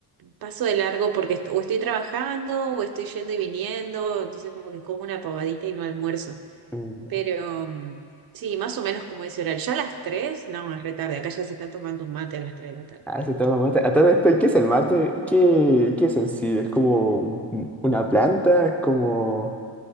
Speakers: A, on the right; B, in the centre.
A: paso de largo porque est- o estoy trabajando o estoy yendo y viniendo, entonces como que como una pavadita y no almuerzo.
B: mm,
A: Pero mm, sí, más o menos como dice Oral. Ya a las tres no, es re tarde. Acá ya se está tomando un mate a las 3 de la tarde.
B: ah, se toma mate. A todo esto, ¿qué es el mate? ¿Qué, qué es en sí? ¿Es como un- una planta? ¿Es como...